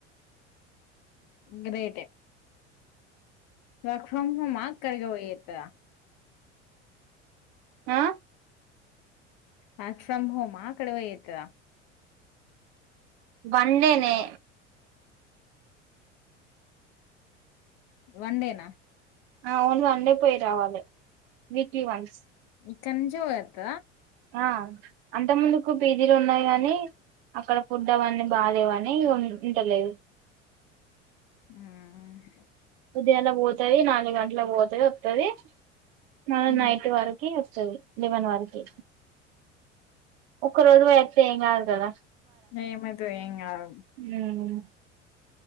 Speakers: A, on the left (about 45°); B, on the right (about 55°).
A: గ్రేటె వర్క్ ఫ్రమ్ హోం అక్క ఇగ పోయత్తద
B: ఆ
A: ఆ వర్క్ ఫ్రమ్ హోమ్ ఆక్కడ పోయి అతుదా
B: వన్డే నే
A: వన్ డే నా
B: ఆ ఓన్లీ వన్డే పోయి రావాలి వీక్లీ వన్స్
A: ఇక్కడ నుంచే పోయత్తద
B: హా అంత ముందుకు బిజిలు ఉన్నాయి కానీ అక్కడ ఫుడ్ అవన్నీ బాలేేవని ఉంటలేదు
A: ఆ ఊమ్
B: ఉదయంల పోతుది నాలుగు గంటల పోతుది వత్తది మల్లా
A: ఉమ్.
B: నైట్ వరకి లేవన్ వరకి ఒక్క రోజు పోయి వత్తే ఎంగాదు గదా
A: ఏం అయితది ఏం గాదు
B: మ్మ్